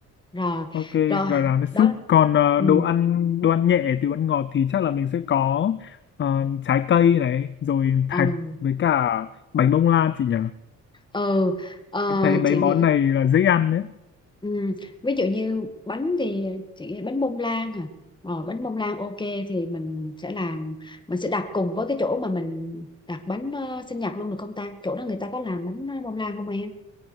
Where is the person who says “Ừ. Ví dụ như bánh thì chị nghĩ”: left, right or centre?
Left